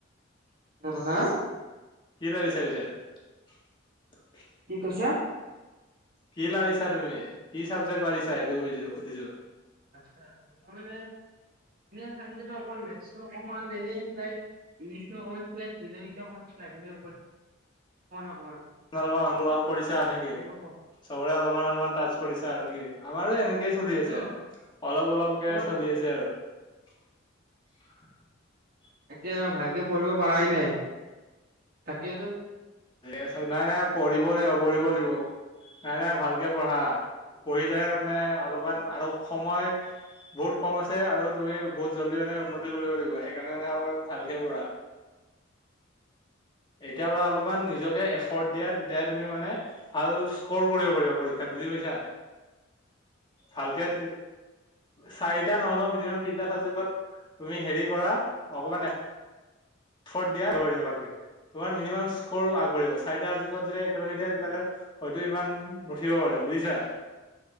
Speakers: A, on the right; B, on the left.
A: উ'ম, হা?
B: কি চাবজেক্ট লাৰিছা?
A: কি কৈছা?
B: কি লাৰিছা তুমি, কি চাবজেক্ট লাৰিছা, সেইটো কৰিছো সুধিছো।
A: আচ্ছা, মই মানে চ অকমান মেথচ অকমান এনে চাই ইংলিছ অকমান চজ অকমান চাইট এনেৰে অকমানক
B: অলমান ৰহন কৰিছে। নেকি
A: একো
B: চবৰে অলপমান অলপমান টাচ কৰিছে আৰু নেকি? আমাৰো এনেকেই
A: পঢ়াইতো
B: চলি আছে, অলপ অলপকে
A: অকমান
B: চলি আছে আৰু <unintelligible>
A: তাকে ভালকে পঢ়িব পৰাই নাই, তাকো
B: আছো নাই নাই পঢ়িব লাগিব পঢ়িব লাগিব নাই, নাই ভালকে পঢ়া, পঢ়িলেহে মানে অলপমান আৰু সময় বহুত কম আছে আৰু তুমি বহুত জলদি মানে উন্নতি কৰিব লাগিব, সেইকাৰণে মানে অলপমান ভালকে পঢ়া, এতিয় পৰা অলপ মান নিজকে এৰ্ফদ দিয়া, তেতিয়া তুমি মানে ভাল স্কু ক'ৰ কৰিব পাৰিবা পৰীক্ষাত বুজি পাইছা, ভালকে চাৰিটা নহলেওঁ মিনিমাম তিনিটা চাবজেক্টত তুমি হেৰি কৰা, অকমান এৰ্ফদ দিয়া, ভালকে তোমাৰ মিনিমাম স্কৰ আগবাঢ়িব, চাৰিটা চজ্বেক্টত যদি একেলগে দিয়া তেতিয়াহ'লে হয়তো ইমান নুঠিব পাৰে বুজিছা।